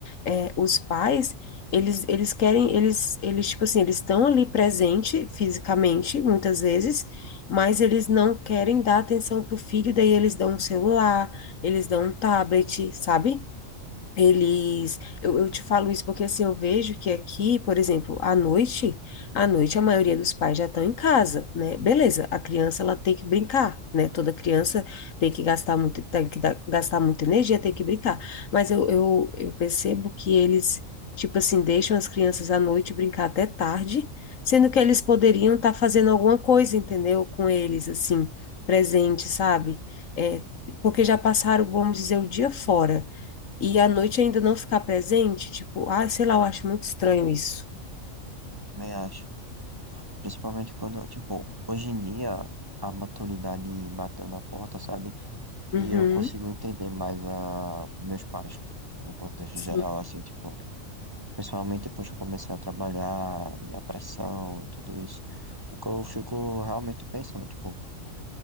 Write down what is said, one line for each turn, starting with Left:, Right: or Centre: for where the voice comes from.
Left: é, os pais, eles, eles querem, eles, eles, tipo assim, eles estão ali presente fisicamente, muitas vezes, mas eles não querem dar atenção pro filho, daí eles dão um celular, eles dão um tablet, sabe? Eles, eu, eu te falo isso porque assim, eu vejo que aqui, por exemplo, à noite, à noite a maioria dos pais já estão em casa, né? Beleza, a criança ela tem que brincar, né? Toda criança tem que gastar muito, tem que dar- gastar muita energia, tem que brincar. Mas eu, eu, eu percebo que eles, tipo assim, deixam as crianças à noite brincar até tarde, sendo que eles poderiam estar fazendo alguma coisa, entendeu? Com eles, assim, presente, sabe? É, porque já passaram, vamos dizer, o dia fora. E à noite ainda não ficar presente, tipo, ah, sei lá, eu acho muito estranho isso.
Right: também acho. Principalmente quando, tipo, hoje em dia a maturidade bateu na porta, sabe?
Left: Uhum,
Right: E eu consigo entender mais a meus pais, no contexto
Left: sim,
Right: geral, assim, tipo, principalmente depois que eu comecei a trabalhar, e a pressão e tudo isso, porque eu fico realmente pensando, tipo,